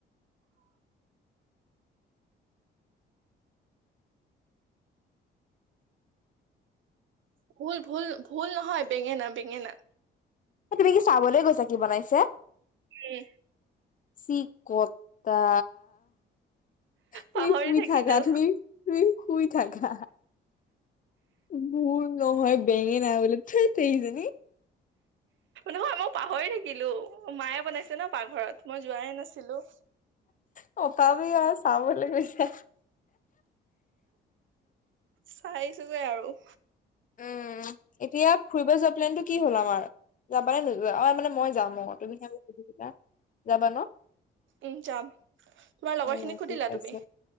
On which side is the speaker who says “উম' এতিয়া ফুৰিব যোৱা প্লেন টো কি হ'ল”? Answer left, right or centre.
Left